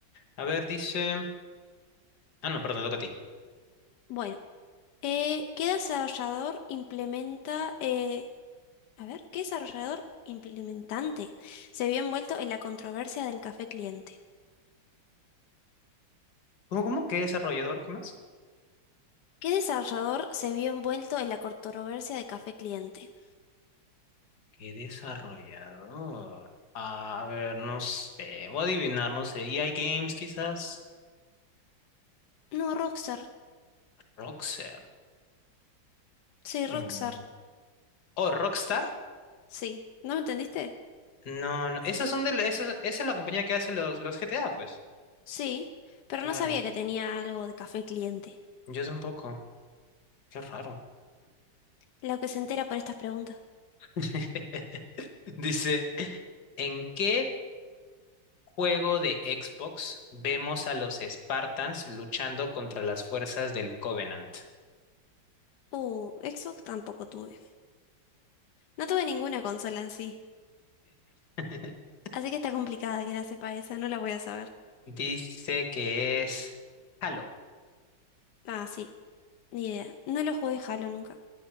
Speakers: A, on the left; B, on the left.
A: A ver, dice... Ah, no, perdón, te toca a ti.
B: Bueno. Eh, ¿qué desarrollador implementa... eh, a ver, ¿qué desarrollador implementante se vio envuelto en la controversia del café cliente?
A: ¿Cómo, cómo? ¿Qué desarrollador? ¿Qué más?
B: ¿Qué desarrollador se vio envuelto en la controversia de Café Cliente?
A: ¿Qué desarrollador? A ver, no sé. Voy a adivinar, no sé. EA Games, quizás.
B: No, Rockstar.
A: Rockstar.
B: Sí, Rockstar.
A: Mm. ¿O Rockstar?
B: Sí. ¿No me entendiste?
A: No, no. Esas son de... la- Esa, esa es la compañía que hace los, los GTA, pues.
B: Sí, pero
A: Claro,
B: no sabía que tenía algo de Café Cliente.
A: yo tampoco. Qué raro.
B: Lo que se entera por estas preguntas.
A: <laughs> Dice, ¿en qué juego de Xbox vemos a los Spartans luchando contra las fuerzas del Covenant?
B: Uh, Xbox tampoco tuve. No tuve ninguna consola en sí.
A: <laughs>
B: Así que está complicada que la sepa esa, no la voy a saber.
A: Dice que es Halo.
B: Ah, sí, ni idea. No lo jugué Halo nunca.